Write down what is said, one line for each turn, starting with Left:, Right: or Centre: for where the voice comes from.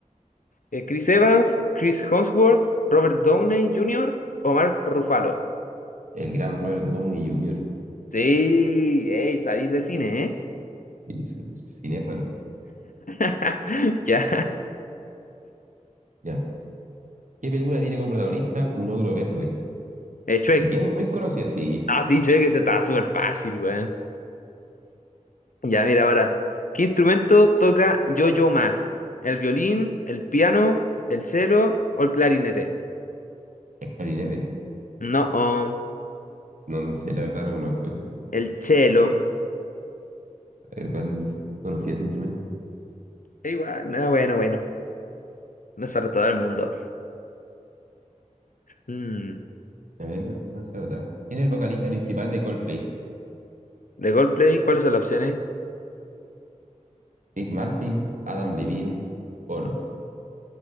Left: Eh, ¿Chris Evans, Chris Hemsworth, Robert Downey Jr. o Mark Ruffalo?
Right: El gran Robert Downey Jr.
Left: Sí, ey, sabéis de cine, ¿eh?
Right: Y soy cinéfalo.
Left: <laughs> Ya.
Right: Ya. ¿Qué película tiene como protagonista un ogro verde?
Left: Eh, Shrek.
Right: Bien, muy conocida, sí.
Left: Ah, sí, Shrek, ese estaba súper fácil, weón. Ya, mira, ahora. ¿Qué instrumento toca Yo-Yo Ma? ¿El violín, el piano, el cello o el clarinete?
Right: Es clarinete.
Left: No, oh,
Right: No, no sé, la verdad no conozco eso.
Left: el cello
Right: Eh, tan conocida ese instrumento.
Left: Igual, no, bueno, bueno. No es para todo el mundo. Mm,
Right: A ver, ¿cuál puede ser otra? ¿Quién es el vocalista principal de Coldplay?
Left: ¿De Goldplay? ¿Cuáles son las opciones?
Right: Chris Martin, Adam Levine, Bono.